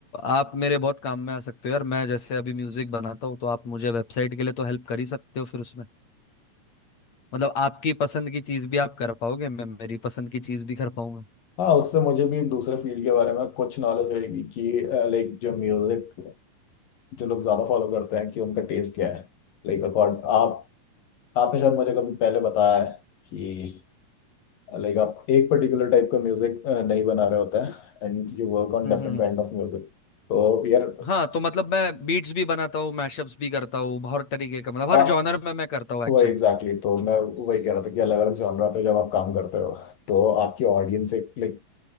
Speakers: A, on the left; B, on the left.
A: आप मेरे बहुत काम में आ सकते हो यार मैं जैसे अभी म्यूजिक बनाता हूँ तो आप मुझे वेबसाइट के लिए तो हेल्प कर ही सकते हो फिर उसमें मतलब आपकी पसंद की चीज भी आप कर पाओगे मैं मेरी पसंद की चीज भी कर पाऊंगा
B: हाँ उससे मुझे भी दूसरे फील्ड के बारे में कुछ नॉलेज होगी कि लाइक जो म्यूजिक जो लोग ज्यादा फॉलो करते हैं कि उनका टेस्ट क्या है लाइक अकॉर्ड आप आपने शायद मुझे कभी पहले बताया है कि लाइक आप एक पर्टिकुलर टाइप का म्यूजिक नहीं बना रहे होते हैं and you work on
A: हम्म
B: different
A: हम्म।
B: kind of music तो यार
A: हाँ तो मतलब मैं बीट्स भी बनाता हूँ मैशअप्स भी करता हूँ हर तरीके का मतलब
B: आ,
A: हर जॉनर में मैं करता हूँ एक्चुअली
B: वही एग्जैक्टली exactly. तो मैं वही कह रहा था कि अलग अलग जॉनरा पे जब आप काम करते हो तो आपकी ऑडियंस एक लाइक